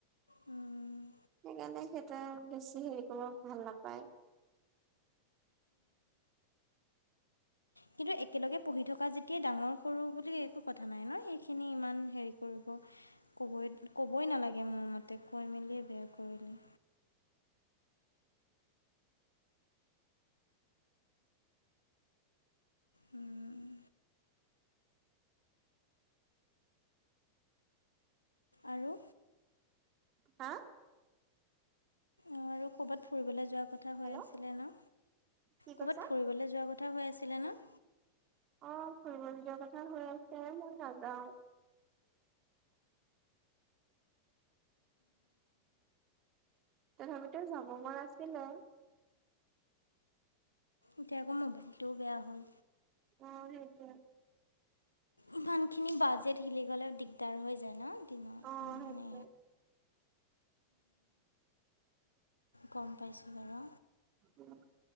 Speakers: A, on the left; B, on the right.
A: উম।
B: সেইকাৰণে সেইটো বেছি হেৰি কৰিব ভাল নাপায়।
A: কিন্তু একেলগে পঢ়ি থকা যেতিয়া ডাঙৰ সৰু বুলি একো কথা নাই ন' সেইখিনি ইমান হেৰি কৰিব ক'বই, ক'বই নালাগে মোৰ মতে কয় মেলিয়ে বেয়া কৰিলে। উম। আৰু।
B: হা?
A: অ' আৰু ক'ৰবাত ফুৰিবলৈ যোৱাৰ কথা
B: হেল্ল'
A: হৈ আছিলে ন'
B: কি কৈছা
A: ক'বাত ফুৰিবলৈ যোৱা ক কথা হৈ আছিলে ন'।
B: অ' ফুৰিবলে যোৱা কথা হৈ আছে মই নাযাওঁ। তথাপিটো যাব মন আছিলে।
A: এতিয়া আকৌ মোবাইলটোও বেয়া হ'ল।
B: অ' সেইটোৱে।
A: ইমানখিনি বাজেট হিলি গ'লে দিগদাৰ হৈ যায় ন' দিনত।
B: অ'
A: মানে
B: সেইটোৱে।
A: গম পাইছোঁ বাৰু।
B: উম।